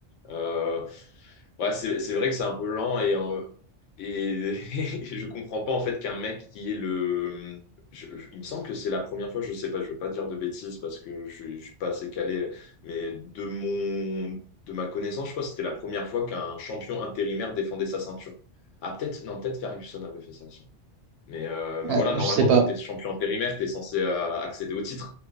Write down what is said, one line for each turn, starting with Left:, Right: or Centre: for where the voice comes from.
Left: Euh, ouais, c'est c'est vrai que c'est un peu lent et euh, Et, <laughs> et je comprends pas en fait qu'un mec qui est le. je- je- il me semble que c'est la première fois, je sais pas, je veux pas dire de bêtises parce que je, je suis pas assez calé, mais de mon, de ma connaissance, je crois que c'était la première fois qu'un champion intérimaire défendait sa ceinture. Ah, peut-être, non, peut-être Ferguson avait fait ça aussi. Mais, euh,
Right: Ouais,
Left: mais voilà, normalement,
Right: je sais pas.
Left: quand t'es champion intérimaire, t'es censé euh, accéder au titre,